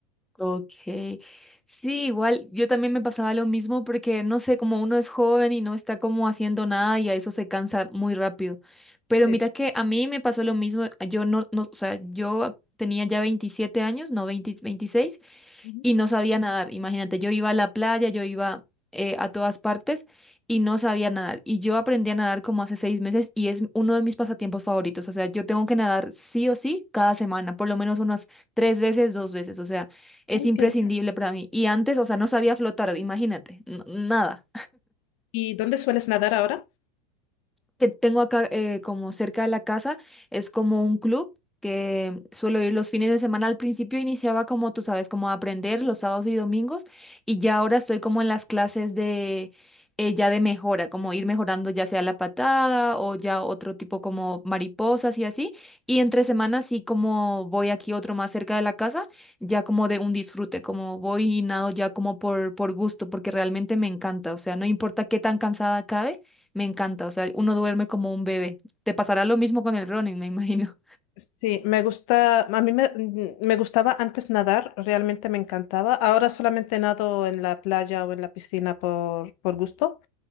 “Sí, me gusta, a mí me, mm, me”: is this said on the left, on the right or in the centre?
Left